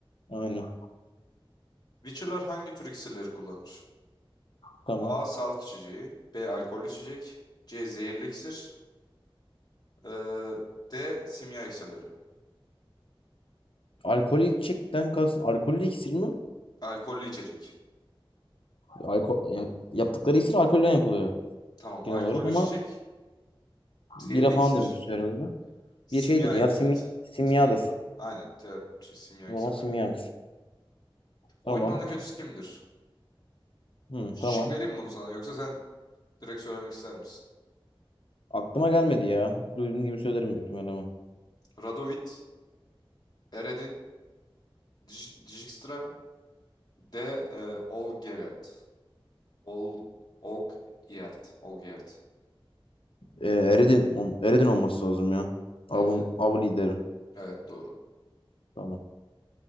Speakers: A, on the left (about 70°); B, on the left (about 45°).
A: Aynen.
B: Witcher'lar hangi tür iksirleri kullanır?
A: Tamam.
B: A. Sağlık içeceği. B. Alkollü içecek. C. Zehirli iksir. Ee, D. Simya iksirleri.
A: Alkolü içecekten kalsın. Alkollü iksir mi?
B: Alkollü içecek.
A: Alko yani yaptıkları iksir alkolden yapılıyor
B: Tamam.
A: genel
B: Alkollü
A: olarak ama
B: içecek. Zehirli
A: bira falan
B: iksir.
A: demek istiyor herhalde.
B: Simya
A: Bir şeydir ya
B: iksir.
A: simi- simyadır.
B: Simya. Aynen. cevap ç- Simya
A: O
B: iksirleri.
A: zaman simyadır.
B: Oyunun
A: Tamam.
B: ana kötüsü kimdir?
A: Hı,
B: Şık
A: tamam.
B: vereyim mi bunu sana yoksa sen direkt söylemek ister misin?
A: Aklıma gelmedi ya. Duyduğum gibi söylerim büyük ihtimalle ama.
B: Radovit, Eredin, Dij- Dijkstra, D. E, Olgeriat. Ol, Olgierd. Olgierd.
A: Ee, Eredin, ol- Eredin olması lazım ya. Avun,
B: Evet.
A: av lideri.
B: Evet doğru.
A: Tamam.